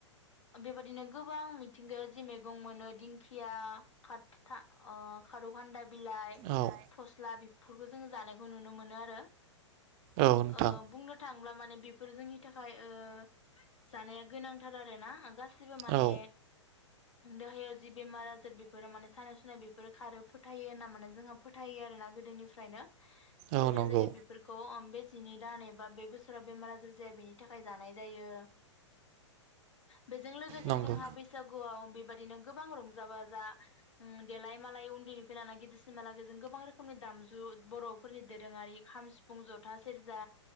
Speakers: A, on the left; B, on the right.
A: बेबायदिनो गोबां मिथिंगायाव जि मैगं मोनो दिंखिया खात था ओ खारुखान्दाइ बिलाइ
B: औ
A: फस्ला बि फोरखौ जों जानायखौ नुनो मोनो आरो
B: औ नोंथां
A: ओ बुंनो थाङोब्ला माने बेफोरो जोंनि थाखाय ओ जानाया गोनांथार आरोना गासै एसेबो माने
B: औ
A: देहायाव जि बेमार आजार बेफोरो माने सानाय सुनाय बेफोरो खारो फोथायो ना माने जोंहा फोथायो आरोना गोदोनिफ्रायनो।
B: औ
A: सोर
B: नंगौ
A: जोङो बेफोरखौ ओम बे जिनै दान एबा बे बोसोराव बेमार आजार जाया बेनि थाखाय जानाय जायो। बेजों लोगोसे
B: नंगौ
A: जोंहा बैसागुआव बेबादिनो गोबां रंजा बाजा ओ देलाय मालाय उन्दैनिफ्राय लाना गिदिरसिन माला जों गोबां रोखोमनि दामजु बर'फोरनि दोरोङारि खाम सिफुं जथा सेरजा